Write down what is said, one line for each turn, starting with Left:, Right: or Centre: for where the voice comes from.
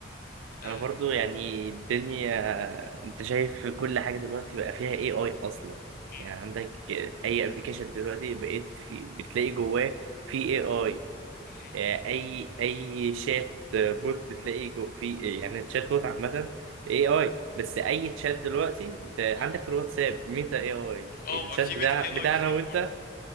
Left: اه
Right: انا برضو يعني الدنيا انت شايف كل حاجه دلوقتي بقى فيها اي اي اصلا
Left: مم،
Right: يعني عندك اي ابلكيشن دلوقتي بقيت في بتلاقي جواه في اي
Left: مهم،
Right: اي اي اي شات بوت بتلاقي جو في يعني الشات بوت عامه اي اي بس اي تشات دلوقتي انت عندك
Left: اه
Right: في الواتساب ميتا اي اي
Left: آه،
Right: الشات
Left: ما في
Right: بتاع
Left: ميتا اي اي
Right: بتاعنا
Left: فيها
Right: وانت
Left: برضو